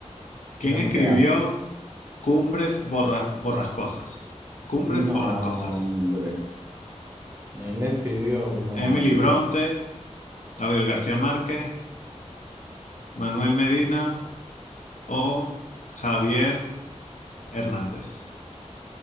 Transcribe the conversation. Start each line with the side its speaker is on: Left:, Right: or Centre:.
Left: ¿Quién
Right: veamos.
Left: escribió Cumbres Borra- Borrascosas? Cumbres
Right: No,
Left: Borrascosas.
Right: hombre. Él escribió, no,
Left: Emily
Right: hombre.
Left: Bronte, Gabriel García Márquez, Manuel Medina o Javier Hernández.